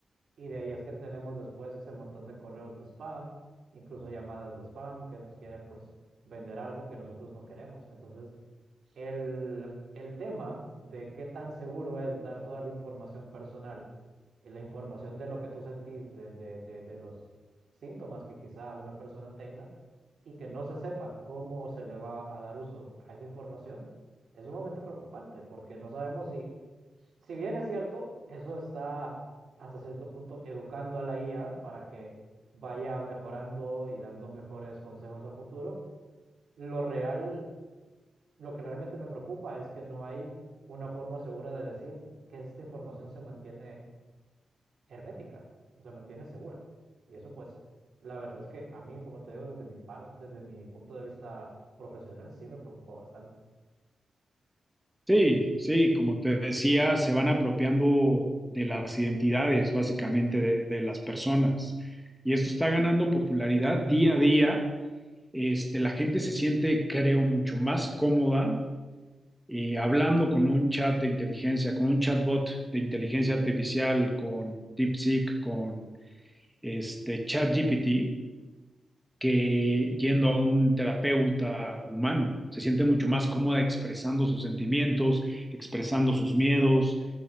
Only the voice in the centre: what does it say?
Sí, sí, como te decía, se van apropiando de las identidades, básicamente, de, de las personas. Y esto está ganando popularidad día a día. Este, la gente se siente, creo, mucho más cómoda eh, hablando con un chat de inteligencia, con un chatbot de inteligencia artificial, con DeepSeek, con este, ChatGPT, que yendo a un terapeuta humano. Se siente mucho más cómoda expresando sus sentimientos, expresando sus miedos.